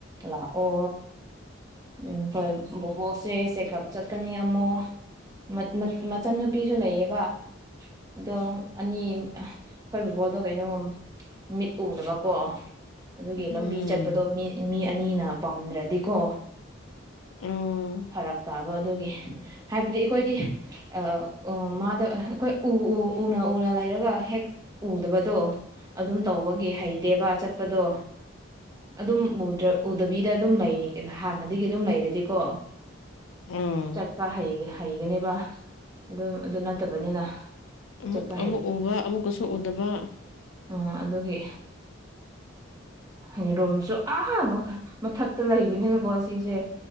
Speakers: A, on the right (about 20°); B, on the left (about 75°).
A: ꯂꯥꯛꯑꯣ ꯎꯝ ꯍꯣꯏ ꯕꯣꯕꯣꯛꯁꯦ ꯆꯦꯛꯀꯞ ꯆꯠꯀꯅꯤ ꯑꯃꯨ ꯃꯠ ꯃꯠ ꯃꯠ ꯃꯆꯟ ꯅꯨꯄꯤꯁꯨ ꯂꯩꯌꯦꯕ ꯑꯗꯣ ꯑꯅꯤ ꯈꯣꯏ ꯕꯣꯕꯣꯛꯗꯣ ꯀꯩꯅꯣꯝ ꯃꯤꯠ ꯎꯗꯕꯀꯣ ꯑꯗꯨꯒꯤ
B: ꯎꯝ
A: ꯂꯝꯕꯤ ꯆꯠꯄꯗꯣ ꯃꯤ ꯃꯤ ꯑꯅꯤꯅ ꯄꯝꯗ꯭ꯔꯗꯤꯀꯣ
B: ꯎꯝ
A: ꯐꯔꯛ ꯇꯥꯕ ꯑꯗꯨꯒꯤ ꯍꯥꯏꯕꯗꯤ ꯑꯩꯈꯣꯏꯗꯤ ꯑ ꯑꯣ ꯃꯥꯗꯣ ꯑꯩꯈꯣꯏ ꯎ ꯎ ꯎꯅ ꯎꯅ ꯂꯩꯔꯒ ꯍꯦꯛ ꯎꯗꯕꯗꯣ ꯑꯗꯨꯝ ꯇꯧꯕꯒꯤ ꯍꯩꯇꯦꯕ ꯆꯠꯄꯗꯣ ꯑꯗꯨꯝ ꯎꯗ꯭ꯔ ꯎꯗꯕꯤꯗ ꯑꯗꯨꯝ ꯂꯩꯑꯦꯅ ꯍꯥꯟꯅꯗꯒꯤ ꯑꯗꯨꯝ ꯂꯩꯔꯗꯤꯀꯣ
B: ꯎꯝ
A: ꯆꯠꯄ ꯍꯩ ꯍꯩꯒꯅꯦꯕ ꯑꯗꯨ ꯑꯗꯨ ꯅꯠꯇꯕꯅꯤꯅ
B: ꯑꯃꯨꯛ
A: ꯆꯠꯄ
B: ꯑꯃꯨꯛ ꯎꯕ ꯑꯃꯨꯛ ꯀꯁꯨ ꯎꯗꯕ
A: ꯑ ꯑꯗꯨꯒꯤ <unintelligible> ꯔꯣꯝꯁꯨ ꯑꯥ ꯃꯈ ꯃꯊꯛꯇ ꯂꯩꯕꯅꯤꯅ ꯀꯣ ꯁꯤꯁꯦ